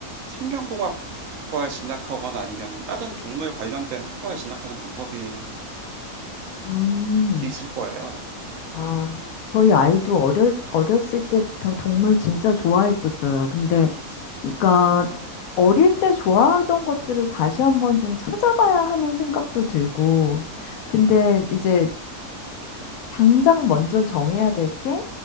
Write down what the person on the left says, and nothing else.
음,
아, 저희 아이도 어릴, 어렸을 때부터 동물 진짜 좋아했었어요. 근데, 그러니까, 어릴 때 좋아하던 것들을 다시 한번 좀 찾아봐야 하는 생각도 들고, 근데 이제 당장 먼저 정해야 될 게